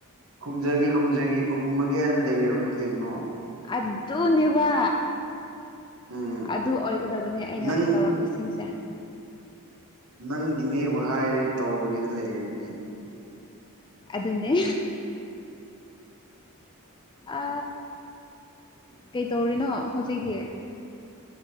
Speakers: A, on the right (about 70°); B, on the left (about 20°).
A: ꯈꯨꯝꯖꯈꯤ ꯈꯨꯝꯖꯒꯤ ꯈꯨꯝꯃꯒꯦ ꯍꯅ ꯂꯩꯔꯕꯅꯤ ꯀꯩꯅꯣ
B: ꯑꯗꯨꯅꯦꯕ
A: ꯎꯝ
B: ꯑꯗꯨ ꯑꯣꯏꯒꯗꯕꯅꯦ ꯑꯩꯅ
A: ꯅꯪ
B: ꯇꯧꯔꯛ ꯄꯁꯤꯡꯁꯦ
A: ꯅꯪꯒꯤꯅꯦꯕꯨ ꯍꯥꯏꯔꯦ ꯇꯧꯔꯒꯦꯗ ꯂꯩꯔꯕꯅꯦ
B: ꯑꯗꯨꯅꯦ ꯑ ꯀꯩꯇꯧꯔꯤꯅꯣ ꯍꯧꯖꯤꯛꯇꯤ